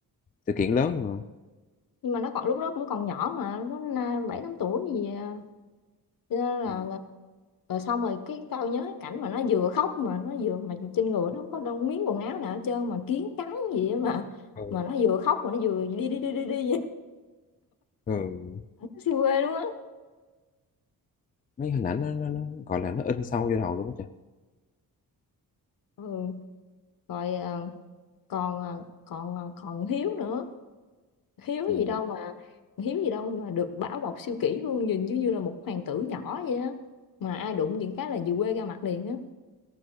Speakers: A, on the left; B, on the left.
A: sự kiện lớn nhưng mà
B: nhưng mà nó còn lúc đó cũng còn nhỏ mà nó na- bảy tám tuổi gì à. Cho nên là
A: Ừ.
B: rồi xong rồi cái tao nhớ cái cảnh mà nó vừa khóc mà nó vừa mà trên người nó không có đông miếng quần áo nào hết trơn mà kiến cắn gì á mà
A: ừ.
B: mà nó vừa khóc mà nó vừa đi đi đi đi đi vậy
A: Ừ.
B: <laughs> Nó siêu quê luôn á
A: mấy hình ảnh nó, nó, nó gọi là nó in sâu vô đầu luôn á trời
B: ừ. rồi à, còn à, còn à, còn Hiếu nữa Hiếu
A: Ừ.
B: gì đâu mà Hiếu gì đâu mà được bảo bọc siêu kỹ luôn nhìn như như là một hoàng tử nhỏ vậy á mà ai đụng những cái là về quê ra mặt liền á